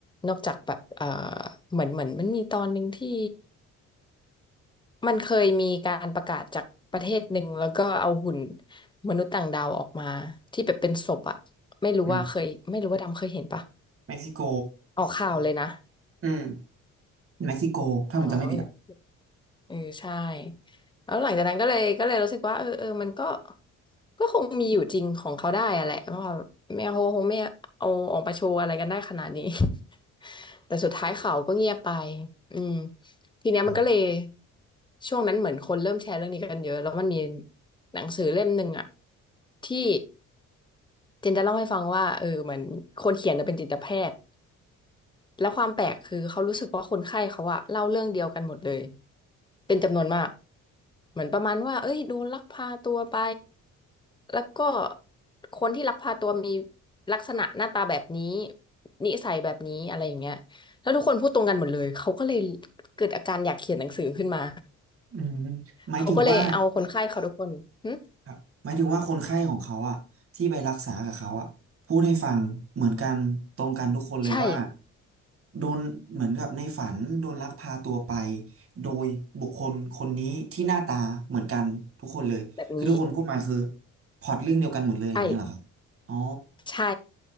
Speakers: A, on the left (about 15°); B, on the right (about 45°).
A: นอกจากแบบเออเหมือนเหมือนมันมีตอนหนึ่งที่มันเคยมีการประกาศจากประเทศหนึ่งแล้วก็เอาหุ่นมนุษย์ต่างดาวออกมาที่แบบเป็นศพอะไม่รู้ว่าเคยไม่รู้ว่าดำเคยเห็นปะ
B: อืมเม็กซิโก
A: ออกข่าวเลยนะ
B: อืมเม็กซิโก ถ้าผมจำไม่ผิดอ่ะ
A: อ๋อ เออใช่แล้วหลังจากนั้นก็เลยก็เลยรู้สึกว่าเออเออมันก็ก็คงมีอยู่จริงของเขาได้อะแหละเพราะว่าแม่โฮคงไม่เอาออกมาโชว์อะไรกันได้ขนาดนี้ <laughs> แต่สุดท้ายเขาก็เงียบไปอืมทีเนี้ยมันก็เลย
B: อืม
A: ช่วงนั้นเหมือนคนเริ่มแชร์เรื่องนี้กันเยอะแล้วมันมีหนังสือเล่มหนึ่งอะที่เจนจะเล่าให้ฟังว่าเออเหมือนคนเขียนเนี่ยเป็นจิตแพทย์แล้วความแปลกคือเขารู้สึกว่าคนไข้เขาอะเล่าเรื่องเดียวกันหมดเลย เป็นจำนวนมากเหมือนประมาณว่าเอ้ยโดนลักพาตัวไปแล้วก็คนที่ลักพาตัวมีลักษณะหน้าตาแบบนี้นิสัยแบบนี้อะไรอย่างเงี้ยแล้วทุกคนพูดตรงกันหมดเลยเขาก็เลยเกิดอาการอยากเขียนหนังสือขึ้นมา
B: อืม หมายถึงว่า
A: เขาก็เลยเอาคนไข้เขาทุกคนหึ
B: ครับหมายถึงว่าคนไข้ของเขาอะที่ไปรักษากับเขาอะพูดให้ฟังเหมือนกันตรงกันทุกคนเลยว่า
A: ใช่
B: โดนเหมือนกับในฝันโดนลักพาตัวไปโดยบุคคลคนนี้ที่หน้าตาเหมือนกันทุกคนเลยคือทุกคนพูดมาคือ
A: แบบนี้
B: พล็อตเรื่องเดียวกันหมดเลยอย่างเงี้ยเหรอครับอ๋อ
A: ใช่ใช่